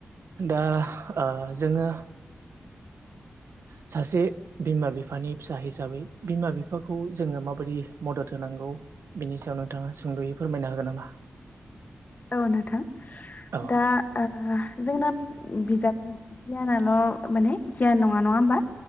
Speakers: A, on the right; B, on the left.
A: दा जोङो
B: <inaudible>
A: सासे बिमा बिफानि फिसा हिसाबै बिमा बिफाखौ जोङो माबायदि मदद होनांगौ बेनि सायाव नोंथाङा सुंद'यै फोरमायनो हागोन नामा
B: औ नोंथां
A: औ
B: दा जोंना बिजाबनि गियानल माने गियान नङा नङा होमबा